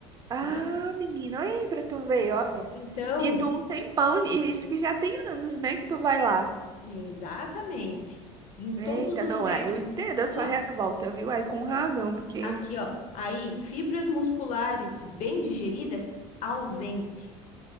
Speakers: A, on the right (about 25°); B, on the left (about 50°).
A: Ah,
B: tá?
A: menina, olha aí pra tu ver, olha.
B: Então,
A: E tu um tempão, e isso que já tem anos, né, que tu vai lá.
B: exatamente, em todos
A: Eita,
B: os
A: não,
B: médicos.
A: é, eu entendo a sua
B: Não,
A: revolta, viu? Aí com razão,
B: é,
A: porque.
B: aqui, ó. Aí, fibras musculares bem digeridas, ausente.